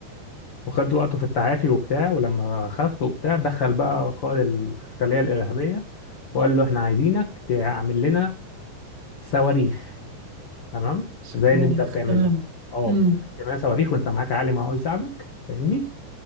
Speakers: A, on the left (about 75°); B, on the right (about 70°).
A: وخد وقته في التعافي وبتاع ولما خف وبتاع دخل بقى قائد الخلية الإرهابية وقال له احنا عايزينك تعمل لنا صواريخ تمام
B: صواريخ
A: زي اللي انت بتعملها
B: تمام
A: اه
B: امم
A: تعمل لنا صواريخ وانت معاك عالم اهو يساعدك فاهمني